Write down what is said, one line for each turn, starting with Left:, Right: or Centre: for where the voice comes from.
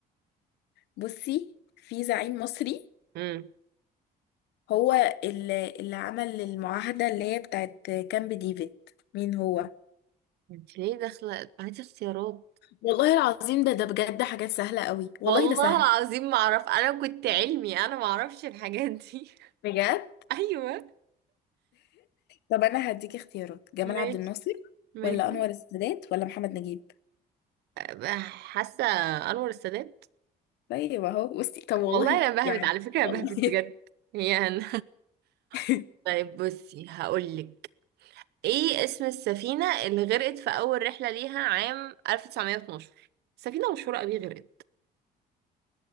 Left: بصي في زعيم مصري
Right: امم
Left: هو اللي, اللي عمل المعاهدة اللي هي بتاعت كامب ديفيد مين هو؟
Right: انت ليه داخلة هاتي اختيارات
Left: والله العظيم ده ده بجد حاجات سهلة قوي والله
Right: والله
Left: ده سهل
Right: العظيم ما اعرف انا كنت علمي انا ما اعرفش الحاجات دي
Left: بجد؟
Right: <laughs> ايوه
Left: طب أنا هديك اختيارات جمال
Right: ماشي
Left: عبد الناصر
Right: ماشي
Left: ولا أنور السادات ولا محمد نجيب؟
Right: أبقى حاسة انور السادات
Left: طيب أهو بصي طب والله
Right: والله انا
Left: يعني
Right: بهبت على فكرة
Left: والله
Right: انا بهبت بجد يعني
Left: <laughs>
Right: <laughs> طيب بصي هقولك ايه اسم السفينة اللي غرقت في اول رحلة ليها عام 1912 سفينة مشهورة قوي غرقت